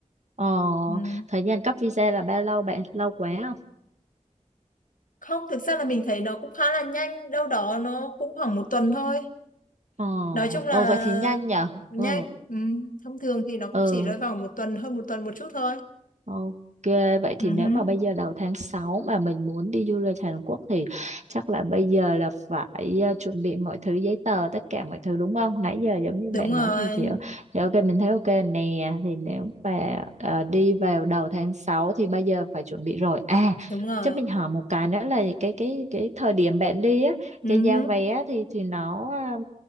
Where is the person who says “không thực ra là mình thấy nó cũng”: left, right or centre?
Left